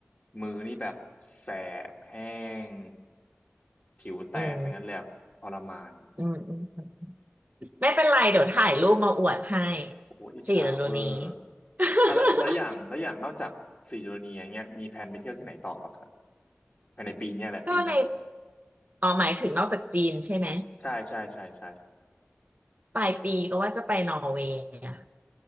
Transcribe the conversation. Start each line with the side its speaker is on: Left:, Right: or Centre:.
Left: มือนี่แบบแสบแห้งผิวแตกอะไรเงี้ยเลยอะทรมาน
Right: อืม อืม อืม ไม่เป็นไรเดี๋ยวถ่ายรูปมาอวดให้
Left: โอ้โหอิจฉาเวอร์
Right: สี่ฤดูนี้ <laughs>
Left: อ่ะแล้วแล้วอย่างแล้วอย่างนอกจากสี่โดนีอย่างเงี้ยมีแผนไปเที่ยวที่ไหนต่อป่ะครับภายในปีเนี้ยแหละปีเนี้ย
Right: ก็ในอ๋อหมายถึงนอกจากจีนใช่ไหม
Left: ใช่ใช่ใช่ใช่
Right: ปลายปีก็ว่าจะไปนอร์เวย์อะ